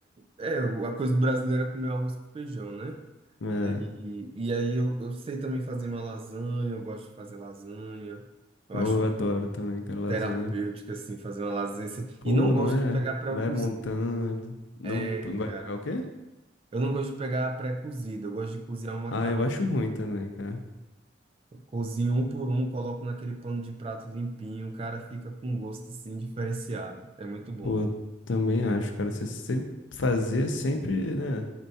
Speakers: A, on the right; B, on the left.
A: É, é a coisa brasileira é comer arroz com feijão, né?
B: É.
A: E, e aí eu, eu sei também fazer uma lasanha, eu gosto de fazer lasanha. Eu
B: Eu
A: acho muito
B: adoro também, cara, lasanha.
A: terapêutico, assim, fazer uma lasanha. assim.
B: Pô,
A: E não gosto
B: não é?
A: de pegar pré-cozido.
B: Vai montando. Não,
A: É,
B: não
A: cara.
B: gosta de pegar o quê?
A: Eu não gosto de pegar pré-cozido. Eu gosto de cozinhar o macarrão.
B: Ah, eu acho ruim também, cara.
A: Cozinho um por um, coloco naquele pano de prato limpinho. Cara, fica com gosto, assim, diferenciado. É muito bom.
B: Pô, eu também acho, cara. Você sempre fazer é sempre, né?